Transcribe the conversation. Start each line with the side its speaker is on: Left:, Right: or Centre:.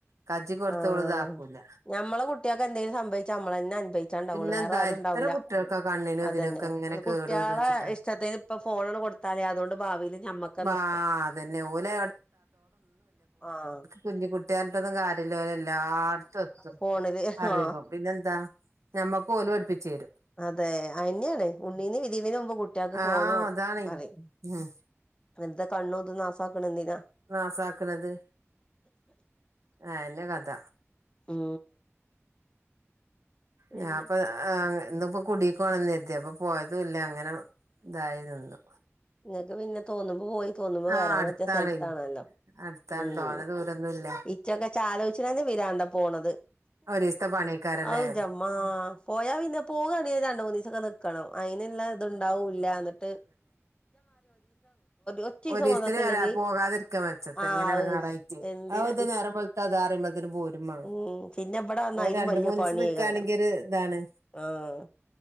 Right: കജ്ജ് കൊട്ത്ത
Left: ആഹ്
Right: ഓള്താക്കൂല.
Left: ഞമ്മളെ കുട്ട്യേക്ക് എന്തെലും സംഭവിച്ച നമ്മളന്നെ അൻഭ ച്ചാണ്ടാവുള്ളൂ
Right: പിന്നെന്താ
Left: വേറെ ആരും
Right: എത്ര
Left: ണ്ടാവൂല
Right: കുട്ടികൾക്കാ കണ്ണിനും
Left: അതന്നെ
Right: ഇതിനൊക്കെ ഇങ്ങനെ
Left: ഇത്
Right: കേട്
Left: കുട്ട്യാളെ
Right: വന്ന് വെച്ചിട്ടാ
Left: ഇഷ്ടത്തിന് ഇപ്പ ഫോണാണ്ട് കൊട്ത്താൽ അതുകൊണ്ട് ഭാവിൽ ഞമ്മക്ക
Right: വാ
Left: നഷ്ടം
Right: അതന്നെ ഓല്
Left: ആഹ്
Right: കുഞ്ഞിക്കുട്ടിയാര്തന്നും കാര്യല്ല ഓല് എല്ലാട്ത്തും എത്തും.
Left: ഫോണ്ൽ ആഹ്
Right: അറിവും പിന്നെന്താ? ഞമ്മക്ക് ഓല് പട്പ്പിച്ച് രും.
Left: അതെ അഹന്നെയാണ് ഉണ്ണീന്ന് വിരിയുന്നെനു മുമ്പ് കുട്ട്യേക്ക് ഫോൺ
Right: ആഹ് അതാണേ
Left: അറിം.
Right: ഉം
Left: വെർതെ കണ്ണും തും നാസാ ക്ക്ണ എന്തിനാ.
Right: നാസാക്ക്ണത് അഹന്നെ കഥ.
Left: ഉം. പിന്നെ
Right: ഞാ പ്പ ആഹ് ഇന്ന് ഇപ്പൊ കുടി ക്ക് പോണംന്ന് കര്തി അപ്പൊ പോയതുംല്ല അങ്ങനെ തായി നിന്നു.
Left: ഇങ്ങക്ക് പിന്നെ തോന്ന്മ്പോ പോയി തോന്ന്മ്പോ
Right: ആഹ്
Left: വരാൻ
Right: അടുത്താണേ
Left: പറ്റ്യ സ്ഥൽത്താണല്ലോ.
Right: അടുത്താണ്
Left: ഉം
Right: തോനെ ദൂരൊന്നുല്ല
Left: ഇച്ചൊക്കെ ചാലോച്ച്ണന്നെ പിരാന്താ പോണത്.
Right: ഒരീസത്തെ പണിയേക്കാരല്ലേ
Left: അഹ് ന്റമ്മാ. പോയാ പിന്നെ പോകാണെൽ രണ്ട് മൂന്നിസൊക്കെ ന്ന്ക്കണം അയിന്ള്ള ഇത്ണ്ടാവൂല്ല ന്ന്ട്ട് ഒറ്റീസം
Right: ഒരി
Left: മദ്രസ
Right: സ്ത്തിന്
Left: ഇല്ലെങ്കി
Right: വരാ പോകാതിരിക്കാ മെച്ചം
Left: ആഹ്
Right: ഇങ്ങനെ എടങ്ങേറായി.
Left: എന്തിനാ
Right: അഹക്കെ നേരം വെള്ത്ത ദാ റിമ്പ പോരും മാണം
Left: ഉം പിന്നെ ഇവിടെ വന്നാ അയിലും
Right: രണ്ട്,
Left: വലിയ
Right: മൂന്ന്
Left: പണിയേകാരം
Right: സം നിക്കാണെങ്കി ഒരു താണ്.
Left: ആഹ്